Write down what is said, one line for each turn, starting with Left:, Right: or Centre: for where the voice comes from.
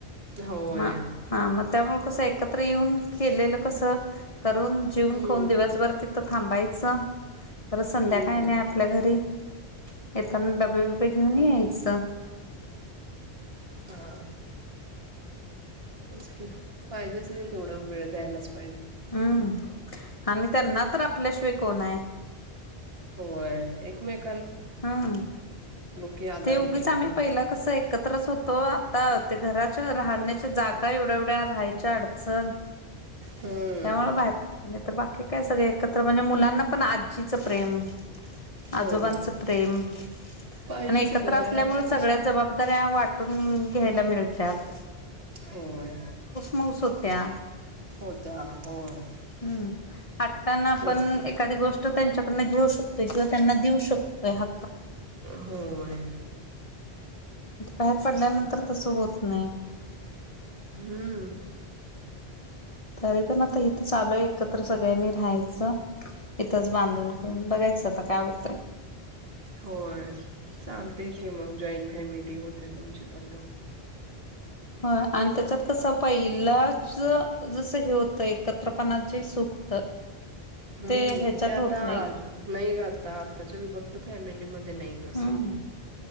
Right: होय.
Left: म हा मग त्यामुळे कसं एकत्र येऊन केलेलं कसं? करून
Right: हम्म
Left: जिवुन खाऊन दिवसभर तिथंच थांबायचं. पर संध्या
Right: हम्म
Left: काय
Right: हम्म
Left: नाही आपल्या घरी. येताना डबे बबे घेऊन यायचं.
Right: हा. तेच की पाहिजेच नाही तेवढं वेळ द्यायलाच. पाहिजे
Left: हम्म. आणि त्यांना तर आपल्याशिवाय कोण आहे.
Right: होय एक मेक
Left: हम्म
Right: की आधार
Left: ते
Right: होतोय
Left: उगीच आम्ही
Right: ना
Left: पहिलं कसं एकत्रच होतो. आता ते घराच्या राहण्याच्या जागा एवढ्या एवढ्या, राहायच्या अडचण
Right: हम्म
Left: त्यामुळ बाहेर नेत तर बाकी काय सगळे एकत्र म्हणजे मुलांना पण आजीचं प्रेम आजोबांच
Right: होय
Left: प्रेम,
Right: पाहिजेच
Left: आणि एकत्र
Right: ग
Left: असल्यामुळं
Right: आणि आता कसं
Left: सगळ्या जबाबदाऱ्या वाटून हम्म घ्यायला मिळत्यात.
Right: होय.
Left: मौस हुत्या.
Right: हुत्या होय.
Left: हम्म. आत्ताना आपण
Right: तेच की
Left: एखादी गोष्ट त्यांच्या कडनं घेऊ शकतोय किंवा त्यांना देऊ शकतोय हा
Right: होय. तेच
Left: बाहेर पडल्यानंतर
Right: की
Left: तसं होत नाही.
Right: हम्म.
Left: तरी पण आता इथंच आलोय एकत्र सगळ्यांनी राहायचं, इथच बांधून करून बघायचं आता काय होतंय.
Right: होय, चालतेय की मग जॉईंट फॅमिली होते. तुमचे पण म.
Left: हो. आणि त्याच्यात कसं पहिलाच जसं हे होतं एकत्रपनात जे सुख होतं.
Right: हम्म
Left: ते ह्याच्यात
Right: ते आता
Left: होत नाही
Right: नाही ग आता च्या विभक्त फॅमिलीमध्ये नाही तसं.
Left: हम्म.